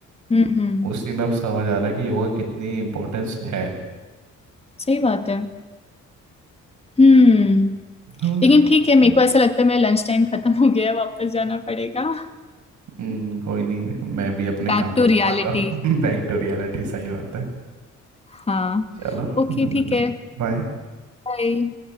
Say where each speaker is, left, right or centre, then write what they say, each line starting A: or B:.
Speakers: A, on the left (about 20°); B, on the right (about 70°).
A: हम्म हम्म
B: उसी में अब समझ आ रहा है कि योगा की कितनी इम्पोर्टेंस है
A: सही बात है हम्म
B: हम्म
A: लेकिन ठीक है मेरे को ऐसा लगता है मेरा लंच टाइम खत्म हो गया है वापस जाना पड़ेगा
B: हम्म, कोई नहीं मैं भी अपने
A: Back
B: काम पे
A: to
B: वापस
A: reality
B: जाऊँ <laughs> बैक टू रियलिटी सही बात है
A: हाँ
B: चलो
A: ओके
B: मिलते
A: ठीक
B: फिर
A: है
B: बाय
A: बाय